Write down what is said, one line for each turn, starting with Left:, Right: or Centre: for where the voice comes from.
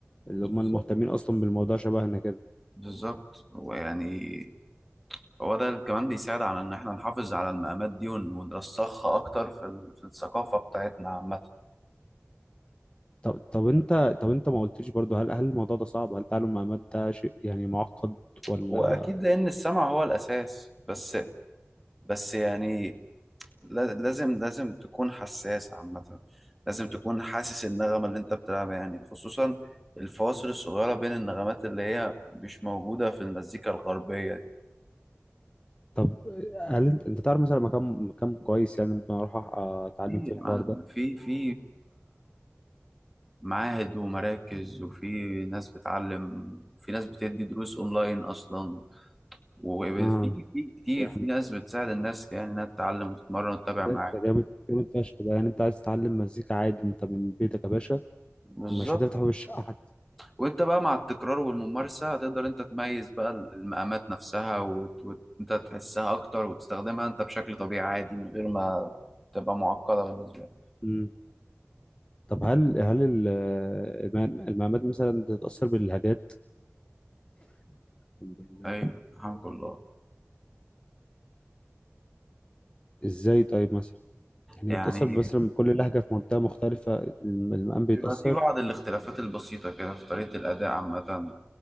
Left: اللي
Centre: بالظبط
Left: هم المهتمين اصلا بالموضوع شبهنا كده
Centre: بالظبط ويعني هو ده اللي كمان بيساعد على ان احنا نحافظ على المقامات دي ون- ونرسخها اكتر في ال- في الثقافه بتاعتنا عامه
Left: طب طب انت طب انت ما قلتليش برضو هل هل الموضوع ده صعب هل تعلم مع مات ده شيء يعني معقد ولا
Centre: واكيد لان السمع هو الاساس بس بس يعني لا- لازم لازم تكون حساس عامة لازم تكون حاسس النغمة اللي انت بتلعبها يعني خصوصا الفواصل الصغيرة بين النغمات اللي هي مش موجودة في المزيكا الغربية
Left: طب هل انت, انت تعرف مثلا مكان مكان كويس يعني ممكن اروح أ- اتعلم
Centre: دي
Left: فيه الحوار ده
Centre: في في في معاهد ومراكز وفي ناس بتعلم وفي ناس بتدي دروس اونلاين اصلا وفي
Left: اه
Centre: في كتير
Left: يعني
Centre: في ناس بتساعد الناس يعني انها تتعلم وتتمرن وتتابع
Left: ده
Centre: معاك
Left: انت جامد جامد فشخ ده يعني انت عايز تتعلم مزيكا عادي انت من بيتك يا باشا
Centre: بالظبط
Left: مش هتفتح باب الشقه حتى
Centre: وانت بقى مع التكرار والممارسة هتقدر انت تميز بقى المقامات نفسها وانت وت... وت- انت تحسها اكتر وتستخدمها انت بشكل طبيعي عادي من غير ما تبقى معقدة بالنسبة لك
Left: مم. طب هل هل ال- المقامات مثلا بتتأثر باللهجات الحمد لله
Centre: ايوه الحمد لله
Left: ازاي طيب مثلا يعني
Centre: يعني
Left: هي بتأثر بس لما كل لهجة في منطقة مختلفة الم- المقام بيتأثر
Centre: بيبقى في بعض الاختلافات البسيطة كده في طريقة الأداء عامة